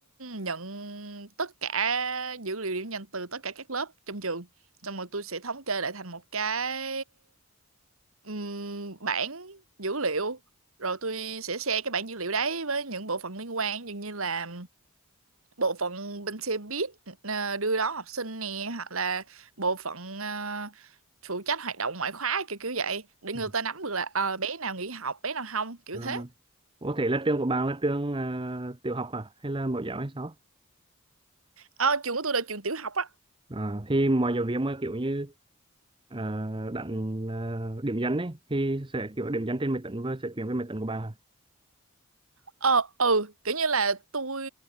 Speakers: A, on the right (about 70°); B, on the right (about 25°).
A: nhận tất cả dữ liệu điểm danh từ tất cả các lớp trong trường xong rồi tôi sẽ thống kê lại thành một cái ừm, bảng dữ liệu rồi tôi sẽ share cái bảng dữ liệu đấy với những bộ phận liên quan dường như là bộ phận bên xe buýt ờ, đưa đón học sinh nè hoặc là bộ phận ờ, phụ trách hoạt động ngoại khóa kiểu kiểu vậy để
B: Ừ.
A: người ta nắm được là ờ, bé nào nghỉ học bé nào không kiểu
B: À,
A: thế
B: Ủa thế là trường của bạn là trường à, tiểu học à? Hay là mẫu giáo hay sao?
A: ờ, trường của tôi là trường tiểu học á
B: À, thì mọi giáo viên mà kiểu như à, đánh à, điểm danh ấy thì sẽ kiểu điểm danh trên máy tính và sẽ chuyển về máy tính của bạn à?
A: Ờ, ừ, kiểu như là tôi